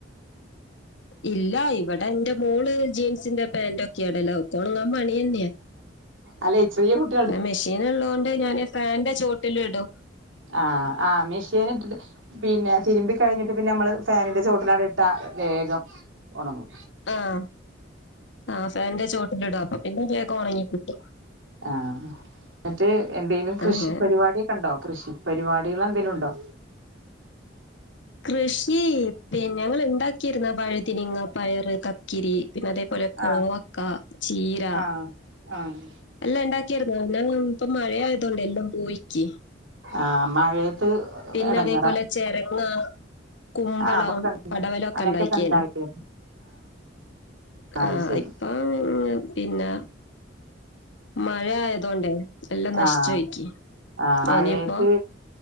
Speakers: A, on the left (about 70°); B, on the right (about 90°).
A: ഇല്ല ഇവിടെ എന്റെ മോള് ജീൻസിന്റെ പാന്റ് ഒക്കെയിടല് ഒണങ്ങാൻ പണിത
B: അല്ല ചെറിയ കുട്ട
A: പിന്നെ മെഷീൻ ഉള്ളോണ്ട് ഞാൻ ഫാനിന്റെ ചോട്ടിലിടും
B: ആഹ് ആഹ് മെഷീനിട്ടിട്ട് പിന്നെ തിരുമ്പി കഴിഞ്ഞിട്ട് പിന്നെ നമ്മള് ഫാനിന്റെ ചോട്ടില് അങ്ങ്ട് ഇട്ടാ വേഗം ങണങ്ങും
A: ആഹ് ആഹ് ഫാന്റെ ചുവട്ടിലിടും അപ്പൊ പിന്നെ വേഗം ഒണങ്ങി കിട്ടും
B: ആഹ് എന്നിട്ട് എന്തേലും കൃഷി
A: അങ്ങനെ
B: പരിപാടിയൊക്കെ ഉണ്ടോ കൃഷി പരിപാടികളെന്തേലും ഉണ്ടോ
A: കൃഷി പിന്നെ ഞങ്ങള് ഇണ്ടാക്കിയിരുന്നു പഴുതിനിങ്ങ പയറ് കക്കിരി പിന്നെ അതേപോലെ കോവക്ക
B: ആഹ്
A: ചീര
B: ആഹ് ആഹ്
A: എല്ലാം ഇണ്ടാക്കിരുന്നു ഞാ ഇപ്പ മഴയായതൊണ്ടേ എല്ലാം പോയിക്ക്
B: ആഹ് മഴയത്ത്
A: പിന്നെ
B: എടങ്ങേറാ
A: അതേപോലെ ചെരങ്ങ കുമ്പളം
B: ആഹ് അതൊക്കെ ഉണ്ട്
A: പടവലോക്കെ
B: അങ്ങനത്തൊക്കെ
A: ഇണ്ടാക്കിയേന്
B: ഉണ്ടായിരുന്നു അത്
A: ആഹ്
B: ശരി
A: ഇപ്പം പിന്നെ മഴ ആയതോണ്ടേ എല്ലാം നശിച്ചു
B: ആഹ്
A: പോയ്ക്ക്
B: ആഹ് മഴയത്ത്
A: ഇനിയിപ്പോ